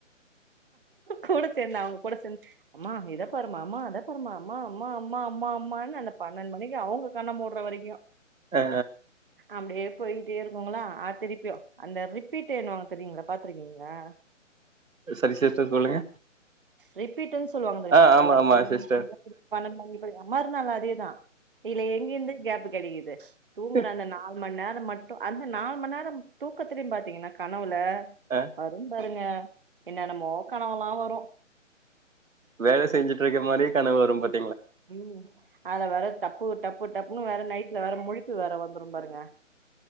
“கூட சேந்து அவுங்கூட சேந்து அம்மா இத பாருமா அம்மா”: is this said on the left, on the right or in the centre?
Right